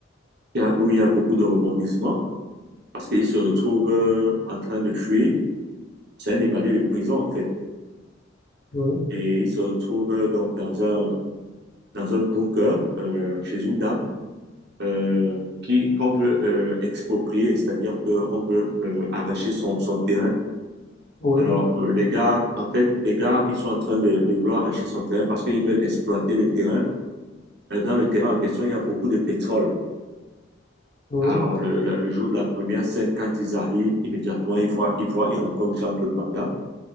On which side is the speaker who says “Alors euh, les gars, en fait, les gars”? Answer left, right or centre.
Right